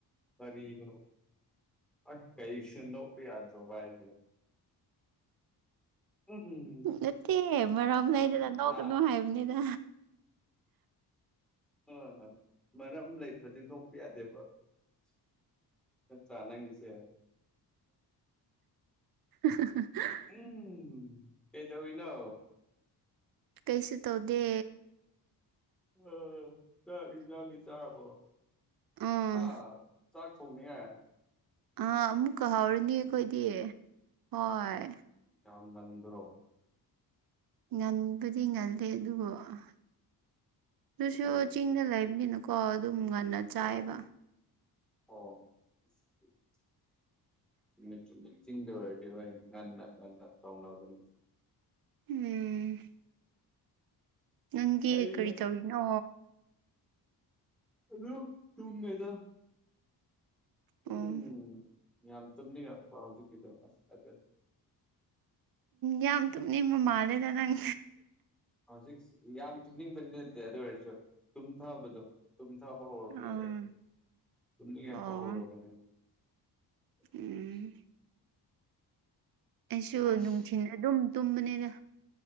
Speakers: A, in the centre; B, on the right.
A: ꯀꯔꯤꯅꯣ ꯑꯁ ꯀꯩꯁꯨ ꯅꯣꯛꯄ ꯌꯥꯗ꯭ꯔꯧꯕꯕ ꯍꯥꯏꯁꯦ ꯎꯝ ꯎꯝ ꯎꯝ
B: ꯅꯠꯇꯦ ꯃꯔꯝ ꯂꯩꯗꯅ ꯅꯧ
A: ꯍꯥ
B: ꯀꯅꯨ ꯍꯥꯏꯕꯅꯤꯅ
A: ꯑꯥ ꯃꯔꯝ ꯂꯩꯇ꯭ꯔꯗꯤ ꯅꯣꯛꯄ ꯌꯥꯗꯦꯕ ꯑꯩꯈꯣꯏ ꯅꯠꯇꯔ ꯅꯪꯒꯤꯁꯦ
B: <unintelligible>
A: ꯎꯝ ꯀꯩꯗꯧꯔꯤꯅꯣ
B: ꯀꯩꯁ ꯇꯧꯗꯦ
A: ꯑꯥ ꯆꯥꯛ ꯏꯟꯖꯥꯡꯗꯤ ꯆꯥꯔꯕꯣ
B: ꯎꯝ
A: ꯑꯥ ꯆꯥꯛ ꯊꯣꯡꯉꯦ
B: ꯑꯥ ꯑꯃꯨꯛꯀ ꯍꯧꯔꯅꯤ ꯑꯩꯈꯣꯏꯗꯤ ꯍꯣꯏ
A: ꯌꯥꯝꯝ ꯉꯟꯗ꯭ꯔꯣ
B: ꯉꯟꯕꯨꯗꯤ ꯉꯜꯂꯦ ꯑꯗꯨꯕꯨ ꯑꯗꯨꯁꯨ
A: ꯀꯩꯒꯤꯗꯨꯗꯤ
B: ꯆꯤꯡꯗ ꯂꯩꯕꯅꯤꯅ ꯀꯣ ꯑꯗꯨꯝ ꯉꯟꯅ ꯆꯥꯏꯌꯦꯕ
A: ꯑꯣ ꯑꯣ <inaudible> ꯆꯨꯝꯃꯦ ꯆꯨꯝꯃꯦ ꯆꯤꯟꯗ ꯑꯣꯏꯔꯗꯤ ꯍꯣꯏ ꯉꯟꯅ ꯉꯟꯅ ꯇꯧꯅꯕꯅꯤ
B: ꯎꯝ ꯅꯪꯗꯤ
A: ꯑꯩꯗ
B: ꯀꯔꯤ ꯇꯧꯔꯤꯅꯣ
A: ꯑꯗꯨꯝ ꯇꯨꯝꯃꯦꯗ ꯎꯝ
B: ꯑꯣ
A: ꯌꯥꯝ ꯇꯨꯝꯅꯤꯡꯉꯛꯄ ꯍꯧꯖꯤꯛꯀꯤꯗꯣ ꯑꯁ ꯑꯗꯨ
B: ꯌꯥꯝ ꯇꯨꯞꯅꯤꯡꯕ ꯃꯥꯜꯂꯦꯗ ꯅꯪ
A: ꯍꯧꯖꯤꯛ ꯌꯥꯝ ꯇꯨꯝꯅꯤꯡꯕꯗꯤ ꯅꯠꯇꯦ ꯑꯗꯨ ꯑꯣꯏꯔꯁꯨ ꯇꯨꯝꯊꯕꯗꯣ ꯇꯨꯝꯊꯕ ꯍꯧꯔꯕꯅꯦꯕ
B: ꯑꯥ
A: ꯑꯩꯁꯦ ꯇꯨꯝꯅꯤꯡ ꯉꯛꯄ
B: ꯑꯣ
A: ꯍꯧꯔꯕꯅꯦꯕ ꯑꯗꯨꯒꯤ
B: ꯎꯝ ꯑꯩꯁꯨ
A: ꯑꯩꯁ
B: ꯅꯨꯡꯊꯤꯜ ꯑꯗꯨꯝ ꯇꯨꯝꯕꯅꯦꯗ